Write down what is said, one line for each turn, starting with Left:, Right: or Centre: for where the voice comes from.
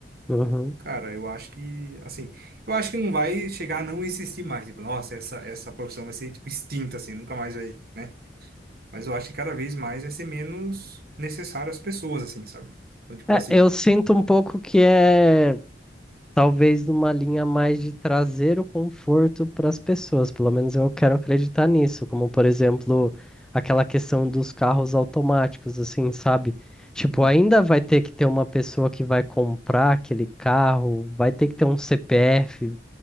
Centre: Uhum.
Right: cara, eu acho que, assim, eu acho que não vai chegar a não existir mais. Tipo, nossa, essa, essa profissão vai ser, tipo, extinta, assim, nunca mais vai, né? Mas eu acho que cada vez mais vai ser menos necessário às pessoas, assim, sabe? Então, tipo
Centre: É,
Right: assim.
Centre: eu sinto um pouco que é talvez numa linha mais de trazer o conforto para as pessoas, pelo menos eu quero acreditar nisso, como por exemplo, aquela questão dos carros automáticos, assim, sabe? Tipo,
Right: Sim,
Centre: ainda vai ter que ter uma pessoa que vai comprar aquele carro, vai ter que ter um CPF,